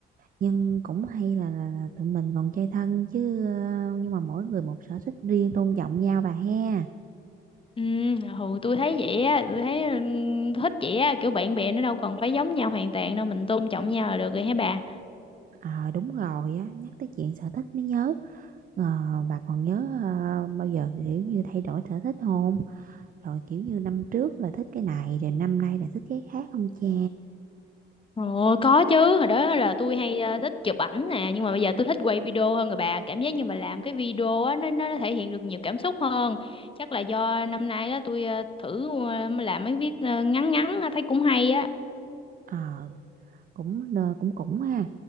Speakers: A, on the right; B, on the left.
A: nhưng cũng hay là, là, là tụi mình còn chơi thân chứ ờ, nhưng mà mỗi người một sở thích riêng tôn trọng nhau bà ha
B: Ừm, ừ tôi thấy vậy á tôi thấy ừm, thích vậy á kiểu bạn bè nó đâu cần phải giống nhau hoàn toàn đâu mình tôn trọng nhau là được rồi hả bà
A: Ờ đúng rồi á nhắc tới chuyện sở thích mới nhớ Ờ, bà còn nhớ ờ, bao giờ kiểu như thay đổi sở thích không rồi kiểu như năm trước là thích cái này rồi năm nay là thích cái khác không cha
B: Ồ, có chứ, hồi đó là tôi hay ờ, thích chụp ảnh nè, nhưng mà bây giờ tôi thích quay video hơn rồi bà, cảm giác như mà làm cái video á nó nó thể hiện được nhiều cảm xúc hơn. Chắc là do năm nay đó tôi ờ, thử ờ, làm mấy viết ờ, ngắn ngắn á, thấy cũng hay á.
A: ờ cũng ờ, cũng cũng ha